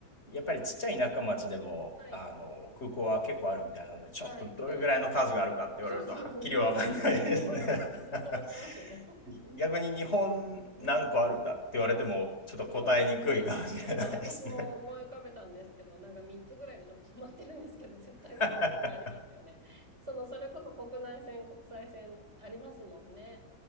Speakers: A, on the left; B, on the right.
A: やっぱりちっちゃい田舎町でもあの空港は結構あるみたいなので、
B: はい。
A: ちょっとどれぐらいの数があるかって言われると、
B: はい。はい。そうですね。
A: はっきりは分かんないですね。
B: ごめんなさい。なんかすごい難しい質問してますよね。
A: <laughs>
B: <laughs>
A: 逆に日本何個あるんだって言われても、
B: うん。
A: ちょっと答えにくいかもしれないですね。
B: そうですね。今私も思い浮かべたんですけど、なんか3つぐらいでちょっと止まってるんですけど、絶対もっといっぱいありますよね。
A: <laughs>
B: その、それこそ国内線、国際線ありますもんね。